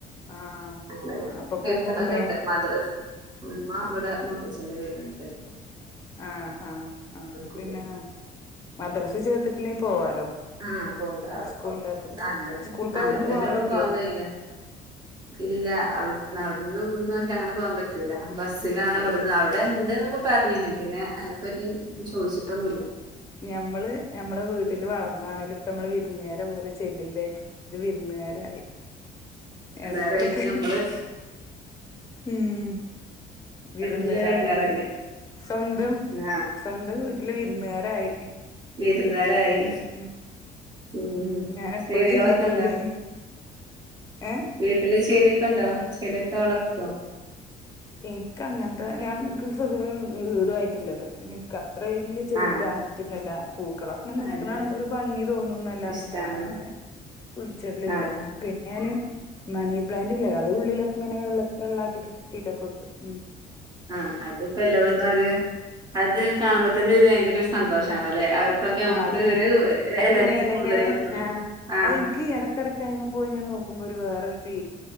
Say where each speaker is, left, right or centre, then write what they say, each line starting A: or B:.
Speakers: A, on the left; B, on the right.
A: ആഹ്
B: നാളെ
A: ആഹ്
B: <unintelligible>
A: അപ്പൊ പോകുമ്പോ ഉമ്മേ
B: മദ്രസ് ഉമ്മ ഇവിടെ മൂത്തച്ചന്റെ വീട്ണ്ട്. അട്ത്ത്.
A: ആഹ് ആഹ് ആഹ് പിന്നെ
B: പോവും
A: മദ്രസി ചേർത്തിട്ടില്ലെങ്കി പോവാലോ.
B: ആഹ പോക്ക അ
A: സ്കൂളില്ലാത്തുമ്പോ
B: അങ്ങനെ
A: സ്കൂൾക്ക്
B: അങ്ങനത്തെ
A: അവിടുന്ന്
B: എന്നന്നെള്ള
A: പോവാൻ പറ്റുവോ
B: പോവാാൻ കഴിയ ഇല്ല അവിടു അവിന്ന് പോവൻ പറ്റ ബസിലാണ് വിടുന്നത്
A: ഉം
B: അവിടെ പറഞ്ഞീനക്കില്ലെ അതിനെപ്പറ്റി ചോദിച്ചിട്ടൊന്നുമല്ല
A: ഞമ്മള് ഞമ്മെ വീട്ടില് വളർന്നാണെലും ഇപ്പ നമ്മള് വിരുന്നേര പോലെ ചെല്ലൂല്ലേ ഒരു വിരുന്നുകാരായി
B: വിരുന്നാരായിട്ട്
A: എടക്ക എടക്ക്
B: നമ്മള്
A: ഉം വിരന്ന്
B: എടങ്ങേല് ഒരു
A: ആരായി
B: എടങ്ങേറല്ലേ
A: സ്വന്തം
B: ആഹ്
A: സ്വന്തം വീട്ടില് വിരുന്നുകാരായി
B: വീരുന്നേരായി
A: ഇതൊരു ഉം
B: ഉ
A: ഉം ഞാനെപ്പഴും
B: ചെടികളൊക്കെ
A: ചിന്തിക്കും
B: ഇണ്ടാ
A: അത് ഏഹ്
B: വീട്ടില് ചെട ക്കണ്ടോ ചെടിയൊക്കെ വളർത്തോ
A: എനക്ക് അങ്ങനത്തെ ഞാൻ എനിക്ക് വീടുായിട്ടില്ലല്ലോ പിന്നെ അത്ര വലിയ ചെടി
B: ആഹ്
A: പ്ര്രാന്തത്തിന്നല്ല മുക്കളൊക്കെ നിക്കണണ്പൊ
B: അല്ല
A: ഒരു ഭംഗി തോന്നുന്നന്നല്ലാത
B: ഇഷ്ടാണ്
A: ഞാന അങ്ങനെ കുഴിച്ചിടലില്ല
B: ആഹ്
A: പിന്നെ ഞാന് മണി പ്ലാന്റ്ല്ല ഉള്ളിലൊക്കെ ഇങ്ങനെ വെള്ള വെള്ളക്കി കീറ്റക്കെക്കും ഉ
B: ആഹ അതി ഇപ്പോ എല്ലായിടത്തുംര് അത് കാണുമ്പോ തന്നെ ഒരു ഭയങ്കര ഒരു സന്തോഷമാണ്ല്ലെ അകത്തൊക്കെ നമുക്ക്
A: അതിങ്ങനെ
B: ഒരു
A: അതിങ്ങനെ
B: എനർജി
A: എലങ്ങനെ
B: കൂടുതൽ
A: ആ
B: കിട്ടും ആഹ്
A: ആ എനിക്ക് ഇടക്കിടയ് ആയ്മ പോയി ഇങ്ങനെ നോക്കുമ്പോ ഒരു വേറെ ഫീ